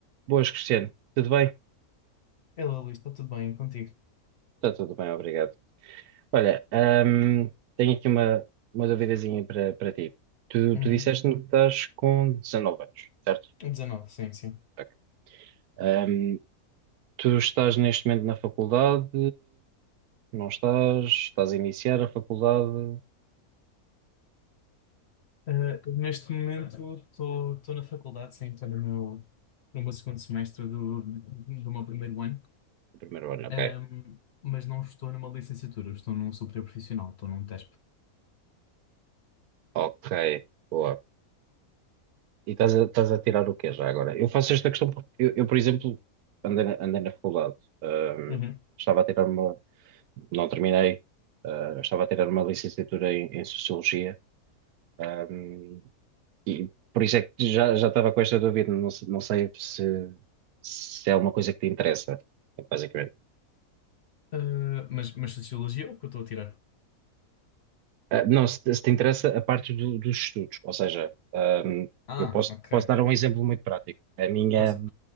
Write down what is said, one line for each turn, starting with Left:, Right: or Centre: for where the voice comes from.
Right: Boas, Cristiano. Tudo bem?
Left: Hello, Luís, está tudo bem contigo?
Right: Está tudo bem, obrigado. Olha, ahm, tenho aqui uma, uma duvidazinha para para ti. Tu,
Left: Uhum.
Right: tu disseste-me que estás com 19 anos, certo?
Left: 19, sim, sim.
Right: Ok. Ahm, tu estás neste momento na faculdade? Não estás? Estás a iniciar a faculdade?
Left: Ah, neste momento estou estou na faculdade, sim, estou no meu, no meu segundo semestre do, do meu primeiro ano,
Right: O primeiro ano,
Left: Ahm,
Right: ok.
Left: mas não estou numa licenciatura, estou num superior profissional, estou num TESP.
Right: Ok, boa. E estás a, estás a tirar o quê já agora? Eu faço esta questão porque eu, eu, por exemplo, andei, na- andei na faculdade. Ahm,
Left: Uhum.
Right: estava a tirar uma, não terminei. Ah, eu estava a tirar uma licenciatura em, em Sociologia. Ahm, e por isso é que já, já estava com esta dúvida. Não, se- não sei se, se é uma coisa que te interessa, basicamente.
Left: Ah, mas, mas Sociologia é o que eu estou a tirar?
Right: Ah, não, se, se te interessa a parte do- dos estudos. Ou seja, ahm,
Left: Ah,
Right: eu posso,
Left: ok,
Right: posso dar um exemplo muito prático. A minha,
Left: força.